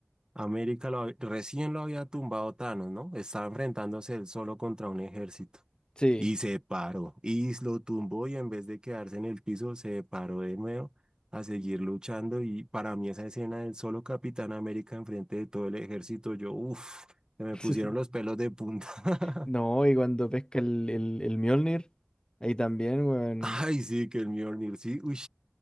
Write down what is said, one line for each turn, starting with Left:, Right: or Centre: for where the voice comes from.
Right: América lo hab- recién lo había tumbado Thanos, ¿no? Estaba enfrentándose él solo contra un ejército.
Left: Sí.
Right: Y se paró, y lo tumbó y en vez de quedarse en el piso, se paró de nuevo a seguir luchando. Y para mí esa escena del solo Capitán América enfrente de todo el ejército, yo, uff, se me
Left: <laughs>
Right: pusieron los pelos de punta.
Left: No,
Right: <laughs>
Left: y cuando pesca el, el, el Mjolnir, ahí también, weón.
Right: Ay, sí, que el Mjolnir, sí, uy.